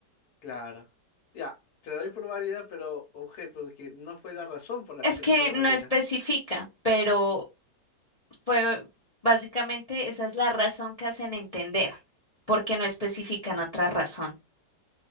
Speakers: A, on the left; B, on the left.
A: Claro. Ya, te doy por válida, pero objeto de que no fue la razón por la
B: Es
A: que secuestró
B: que
A: a
B: no
A: la Luna.
B: especifica, pero fue básicamente esa es la razón que hacen entender, porque no especifican otra razón.